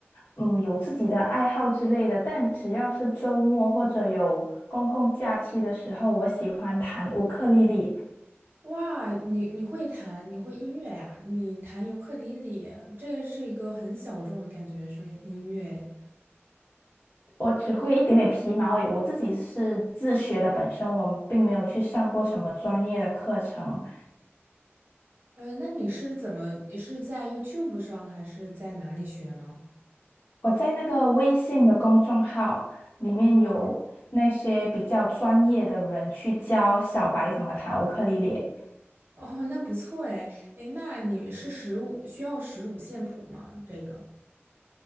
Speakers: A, on the left; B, on the right.
A: 嗯，有自己的爱好之类的。但只要是周末或者有公共假期的时候，我喜欢弹乌克丽丽。
B: 哇，你你会弹，你会音乐呀？你弹尤克里里，这是一个很小众的感觉，是音乐。
A: 我只会一点点皮毛而已，我自己是自学的，本身我并没有去上过什么专业的课程。
B: 呃，那你是怎么？你是在 YouTube 上还是在哪里学呢？<laughs>
A: 我在那个微信的公众号里面有那些比较专业的人去教小白怎么弹乌克丽丽。
B: 哦，那不错哎，哎，那你是十五，需要十五线谱吗？这个。